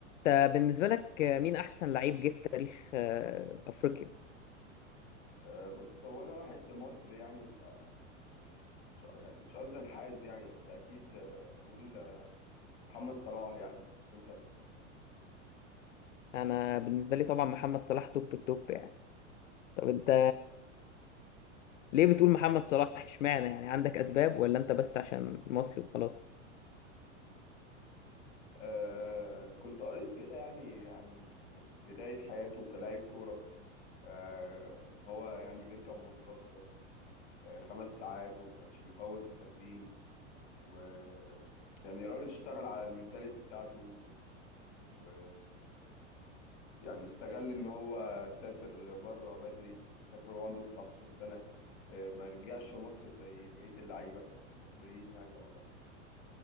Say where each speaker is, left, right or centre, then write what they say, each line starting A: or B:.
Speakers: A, on the left; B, on the left.
A: انت بالنسبة لك مين أحسن لعيب جه في تاريخ آه، أفريقيا؟
B: آه، بص هو انا واحد مصري يعني فمش يعني مش قصدي انحاز يعني بس اكيد آه، هقول آه، محمد صلاح يعني وانت
A: أنا بالنسبة لي طبعا محمد صلاح توب التوب يعني طب أنت ليه بتقول محمد صلاح اشمعنى يعني عندك أسباب ولا أنت بس عشان مصري وخلاص؟
B: آه كنت قريت كده يعني عن بداية حياته كلاعب كورة آه ان هو يعني بيركب مواصلات آه خمس ساعات وما كانش بيفوت التمرين و يعني الراجل اشتغل على المينتاليتي بتاعته و... يعني استغل ان هو سافر بره بدري سافر وهو عنده 19 سنة آه، ما رجعش مصر زي بقية اللعيبة المصريين يعني او الافارقة